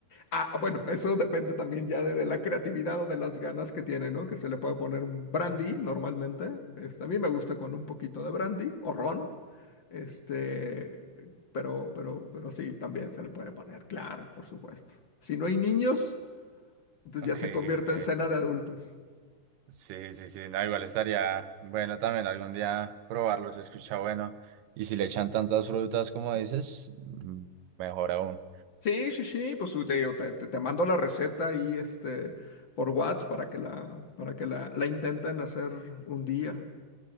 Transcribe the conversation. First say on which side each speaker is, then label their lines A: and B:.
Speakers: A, on the left (about 50°); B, on the right (about 75°).
A: Ah, bueno, eso depende también ya de, de la creatividad o de las ganas que tiene, ¿no? Que se le puede poner un brandy normalmente. Este, a mí me gusta con un poquito de brandy o ron. Este, pero, pero, pero sí, también se le puede poner, claro, por supuesto. Si no hay niños, entonces
B: Ok,
A: ya se convierte
B: ok.
A: en cena de adultos.
B: Sí, sí, sí. No, igual estaría bueno también algún día probarlo, se escucha bueno. Y si le echan tantas frutas como dices, mm, mejor aún.
A: Sí, sí, sí, pues te, digo, te, te- te mando la receta ahí, este, por WhatsApp para que la, para que la, la intenten hacer un día.